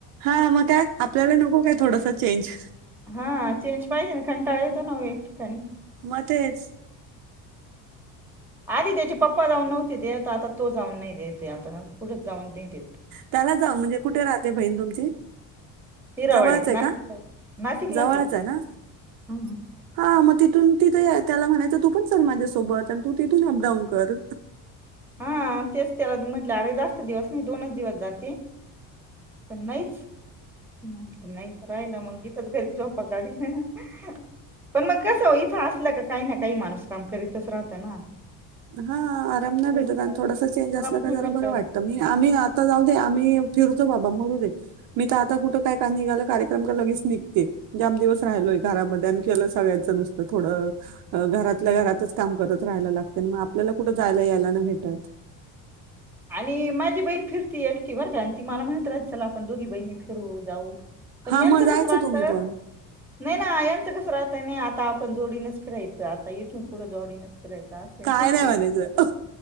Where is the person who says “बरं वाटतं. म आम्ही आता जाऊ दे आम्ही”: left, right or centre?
Right